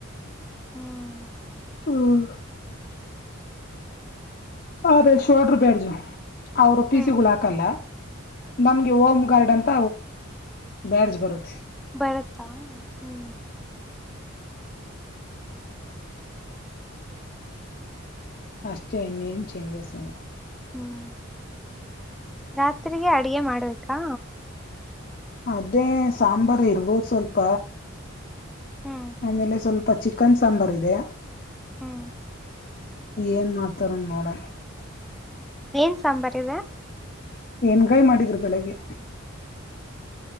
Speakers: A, in the centre; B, on the left.
A: ಹ್ಮ್
B: ಹ್ಮ. ಹಾ ಬ ಶೋಡರ ಬ್ಯಾಡ್ಜ. ಅವರು ಪಿ
A: ಹ್ಮ್
B: ಸಿ ಗಳು ಹಾಕಲ್ಲ. ನಮ್ಗೆ ಹೋಮ್ ಗಾರ್ಡ್ ಅಂತ ಬ್ಯಾಡ್ಜ್ ಬರುತ್ತೆ.
A: ಬರುತ್ತಾ ಹ್ಮ್.
B: ಅಷ್ಟೇ ಇನ್ನೇನು ಚೇಂಜಸ್ ಇಲ್ಲ.
A: ಹ್ಮ್ ರಾತ್ರಿಗೆ ಅಡಗೆ ಮಾಡ್ಬೇಕಾ.
B: ಅದೇ ಸಾಂಬಾರ ಇರ್ಬೋದು ಸ್ವಲ್ಪ.
A: ಹ್ಮ್
B: ಆಮೇಲೆ ಸ್ವಲ್ಪ. ಚಿಕನ್ ಸಾಂಬಾರ ಇದೆ.
A: ಹ್ಮ.
B: ಏನ್ ಮಾಡ್ತಾರ ನೋಡೋಣ.
A: ಏನ್ ಸಾಂಬರ್ ಇದೆ.
B: ಎಣ್ಗಾಯ್ ಮಾಡಿದ್ರು ಬೆಳಿಗ್ಗೆ.